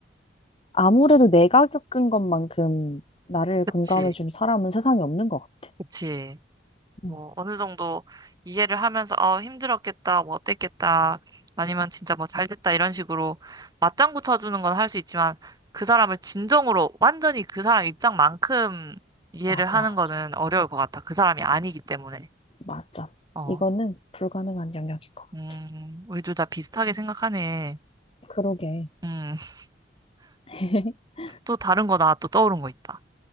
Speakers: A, on the left; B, on the right.
A: 아무래도 내가 겪은 것만큼 나를
B: 그치,
A: 공감해준 사람은 세상에 없는 것 같아.
B: 그치.
A: 음,
B: 뭐, 어느 정도 이해를 하면서, 어, 힘들었겠다, 뭐, 어땠겠다, 아니면 진짜 뭐, 잘 됐다, 이런 식으로 맞장구 쳐주는 건 할 수 있지만, 그 사람을 진정으로, 완전히 그 사람 입장만큼 이해를
A: 맞아.
B: 하는 거는 어려울 것 같아. 그 사람이 아니기 때문에.
A: 맞아.
B: 어,
A: 이거는 불가능한 영역인 것 같아.
B: 음, 우리 둘 다 비슷하게 생각하네.
A: 그러게.
B: 음, <laughs>
A: <laughs>
B: 또 다른 거 나 또 떠오른 거 있다.